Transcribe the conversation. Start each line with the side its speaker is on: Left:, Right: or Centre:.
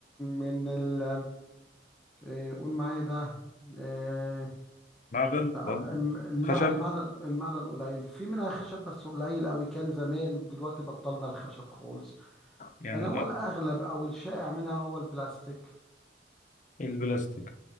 Centre: من ال آه، قول معايا ده آه،
Left: معدن
Centre: أم-
Left: برضه
Centre: لا
Left: خشب
Centre: المعدن المعدن قليل في منها خشب بس قليل قوي كان زمان ودلوقتي بطلنا الخشب خالص
Left: يعني
Centre: يعني هو
Left: آه.
Centre: الأغلب أو الشائع منها هو البلاستيك
Left: البلاستيك